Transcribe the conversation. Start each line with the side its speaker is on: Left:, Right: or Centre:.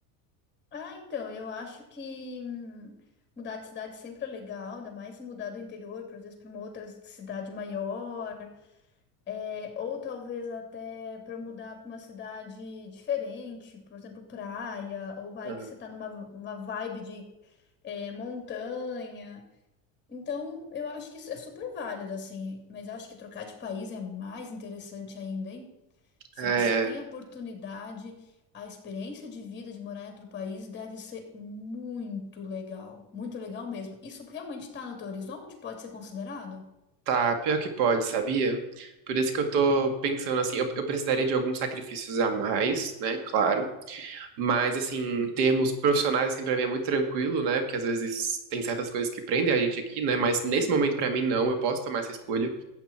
Left: Ah, então, eu acho que hum, mudar de cidade sempre é legal, ainda mais mudar do interior, por exemplo, para uma outra cidade maior, é, ou talvez até para mudar para uma cidade diferente, por exemplo, praia, ou vai
Right: Aham.
Left: que você está numa uma vibe de é, montanha. Então, eu acho que isso é super válido, assim, mas eu acho que trocar de país é mais interessante ainda, hein? Se
Right: É,
Left: você tem a oportunidade, a experiência de vida de morar em outro país deve ser muito legal, muito legal mesmo. Isso realmente está no teu horizonte? Pode ser considerado?
Right: Tá, pior que pode, sabia? Por isso que eu tô pensando assim, eu, eu precisaria de alguns sacrifícios a mais, né? Claro. Mas assim, em termos profissionais, assim, pra mim é muito tranquilo, né? Porque às vezes tem certas coisas que prendem a gente aqui, né? Mas
Left: Uhum,
Right: nesse momento, pra mim, não, eu posso tomar essa escolha.